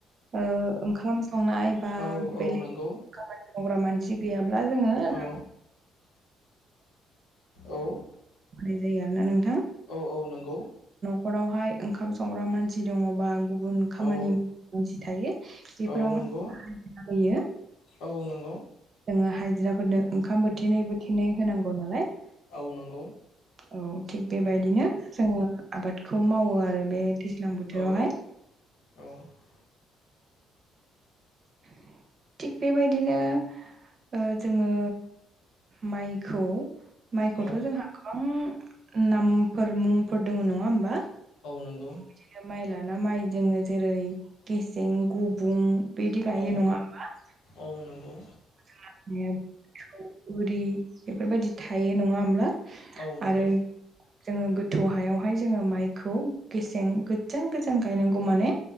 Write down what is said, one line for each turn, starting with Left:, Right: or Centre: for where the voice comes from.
Right: ओंखाम संनाय बा
Left: औ औ
Right: बेलेग
Left: नंगौ
Right: खामानि मावग्रा मानसि गैयाब्ला जोङो
Left: औ
Right: <inaudible>
Left: औ
Right: मानाय जायो आरोना नों
Left: औ औ नंगौ
Right: नखरावहाय ओंखाम संग्रा मानसि दङबा? गुबुन खामानि
Left: औ
Right: मानसि थायो बेफोरावहाय
Left: औ नंगौ
Right: हान्जा होयो।
Left: औ नंगौ
Right: जोङो हायजिराफोरनो ओंखाम बोथिनै बोथिनै होनांगौ नालाय।
Left: ओ नंगौ
Right: औ थिग बेबायदिनो
Left: उम
Right: जोङो आबादखौ मावो आरो बे दैज्लां बोथोरावहाय
Left: औ औ
Right: <inaudible> थिग बेबायदिनो ओ जोङो माइखौ माइखौथ'
Left: औ
Right: जोंहा गोबां नामफोर मुंफोर दङ नङा होमबा?
Left: औ नंगौ
Right: बिदिनो माइ लाना माइ जोङो जेरै गेसें गुबुं बिदि गायो
Left: औ
Right: नङा होमबा?
Left: औ नंगौ
Right: <unintelligible> बेफोरबायदि थायो नङा होमब्ला?
Left: ओ नंगौ
Right: आरो जोङो गोथौ हायावहाय जोङो माइखौ गेसें गोजान गोजान गायनांगौ माने